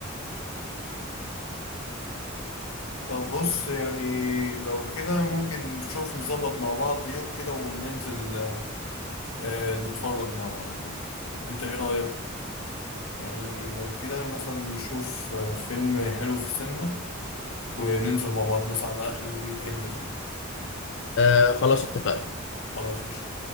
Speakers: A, on the left (about 85°); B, on the left (about 60°).
A: طب بص يعني لو كده ممكن نشوف نظبط مع بعض يوم كده وننزل آه، نتفرج مع بعض كده انت ايه رأيك يعني لو كده مثلا نشوف آه، فيلم حلو في السينما وننزل مع بعض مثلا على آخر الويك إند ده
B: آه خلاص اتفقنا
A: خلاص قشطة